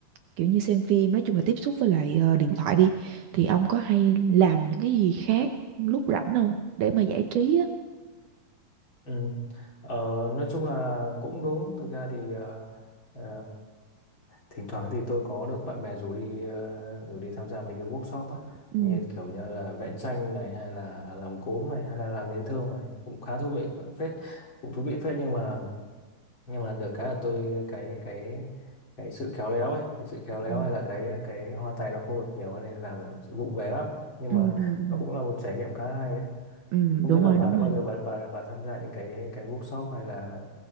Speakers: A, on the right; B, on the left.
A: kiểu như xem phim nói chung là tiếp xúc với lại ờ, điện thoại đi thì ông có hay làm những cái gì khác lúc rảnh không để mà giải trí á
B: Ừ. Ờ, nói chung là cũng đúng thực ra thì ờ, ờ, thỉnh thoảng thì tôi có được bạn bè rủ đi ờ, rủ đi tham gia mấy cái workshop á
A: ừ
B: như kiểu như là vẽ tranh này hay là làm cốm này hay là làm nến thơm này cũng khá thú vị phết cũng thú vị phết nhưng mà nhưng mà được cái là tôi cái cái cái sự khéo léo ấy cái sự khéo léo
A: ừ
B: hay là cái cái hoa tay nó không được nhiều nên làm là vụ về lắm nhưng
A: ừ,
B: mà
A: ừ, ừ.
B: nó cũng là một trải nghiệm khá hay ấy
A: Ừ,
B: không
A: đúng
B: biết là
A: rồi
B: bà
A: đúng
B: đã bao
A: rồi
B: giờ bà bà bà tham gia những cái cái workshop hay là